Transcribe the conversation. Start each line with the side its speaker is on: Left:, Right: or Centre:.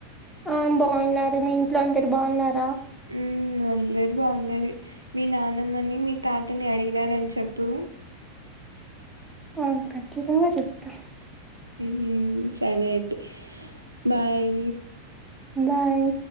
Centre: ఆ బాగున్నారు మీ ఇంట్లో అందరు బాగున్నారా
Right: ఉమ్ అందరు బాగున్నారు మీ నానమ్మని మీ తాతని అడిగిననని చెప్పు
Centre: ఆ ఖచ్చితంగా చెప్తా
Right: ఉమ్ సరే అయితే బాయ్
Centre: బాయ్